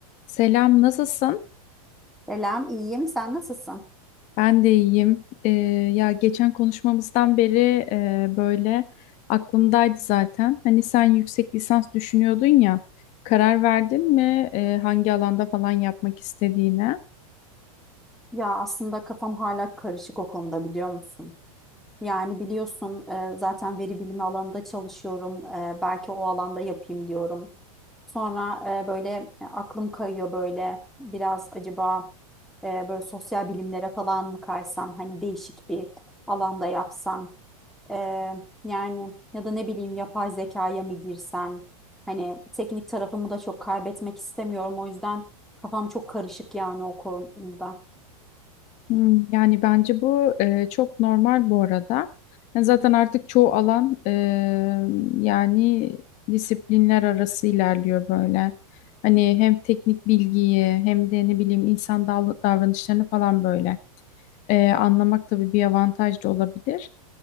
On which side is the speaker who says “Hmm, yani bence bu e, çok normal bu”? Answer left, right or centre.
Left